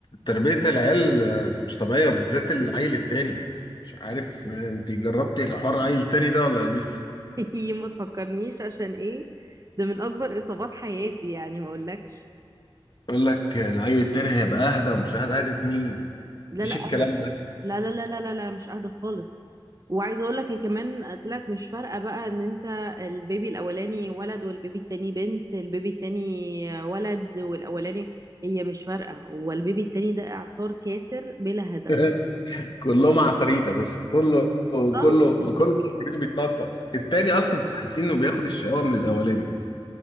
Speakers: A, on the left; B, on the right.
A: تربية العيال آه، مش طبيعية وبالذات العيل التاني مش عارف آه، انت جربتي الحوار عيل تاني ده ولا لسه
B: <laughs> يي ما تفكرنيش عشان ايه ده من اكبر اصابات حياتي يعني ما اقولكش
A: يقول لك آه، العيل التاني هيبقى اهدى ومش اهدى اهدى مين
B: لا
A: مفيش
B: لا
A: الكلام
B: اهدى
A: ده
B: لا لا لا لا لا لا مش اهدى خالص وعايزه اقول لك هي كمان طلعت مش فارقه بقى ان انت البيبي الاولاني ولد والبيبي التاني بنت البيبي التاني ولد والاولاني هي مش فارقه هو البيبي التاني ده اعصار كاسر بلا هدف
A: <laughs> كلهم عفاريت يا باشا كله
B: اه
A: كله كله عفاريته بيتنطط التاني اصلا تحسين انه بياخد الشقاوة من الاولاني